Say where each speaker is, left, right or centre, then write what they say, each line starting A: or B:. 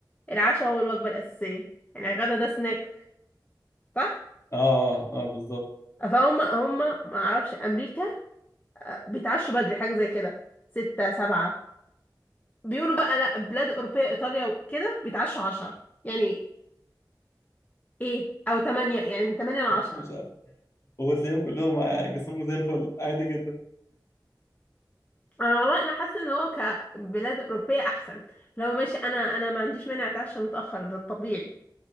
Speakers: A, on the left; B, on the left.
A: العشاء هو الوجبة الأساسية يعني الغدا ده سناك صح
B: اه اه, آه بالظبط
A: فهم هم ما اعرفش امريكا آه، بيتعشوا بدري حاجة زي كده ستة سبعة بيقولوا بقى لا بلاد أوروبية إيطاليا وكده بيتعشوا عشرة يعني إيه أو تمانية يعني من تمانية لعشرة
B: مش وتلاقيهم كلهم جسمهم زي الفل عادي جدا
A: أنا والله أنا حاسة إن هو كبلاد أوروبية أحسن لو ماشي أنا أنا ما عنديش مانع أتعشى متأخر ده الطبيعي